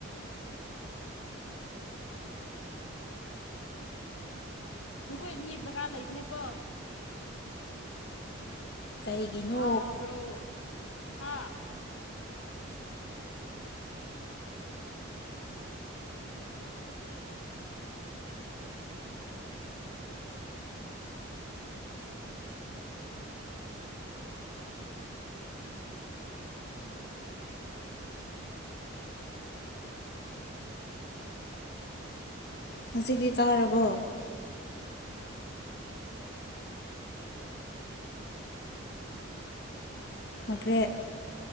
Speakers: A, on the left; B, on the left.
A: ꯅꯈꯣꯏꯅꯤ ꯕꯔꯥ ꯂꯩꯕꯅꯦꯀꯣ
B: ꯀꯩꯒꯤꯅꯣ
A: ꯇꯥꯕ꯭ꯔꯣ ꯍꯥ
B: ꯍꯧꯖꯤꯛꯀꯤ ꯀꯧꯔꯕꯣ ꯃ꯭ꯔꯦ